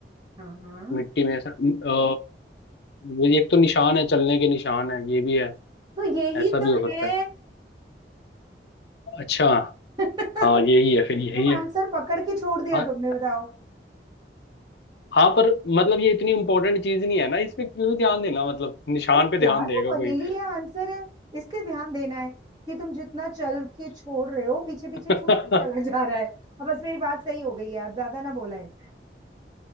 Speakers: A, on the right (about 25°); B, on the left (about 75°).
A: हाँ हाँ
B: मिट्टी में ऐसा अ, वो ये एक तो निशान है चलने के निशान है ये भी है
A: तो यही
B: ऐसा भी
A: तो
B: हो सकता
A: है
B: है अच्छा
A: <laughs>
B: हाँ यही है फिर
A: तुम
B: यही है
A: आंसर पकड़ के छोड़ दिया
B: हाँ
A: तुमने बताओ
B: हाँ पर मतलब ये इतनी इंपॉर्टेंट चीज नहीं है ना इस पे क्यों ध्यान देना मतलब निशान
A: अरे
B: पे ध्यान
A: यार
B: देगा
A: वो पहेली
B: कोई
A: है आंसर है इस पे ध्यान देना है कि तुम जितना चल के छोड़ रहे हो पीछे पीछे
B: अच्छा
A: छूटता
B: <laughs>
A: चला जा रहा है अब बस मेरी बात सही हो गई है अब ज्यादा ना बोला है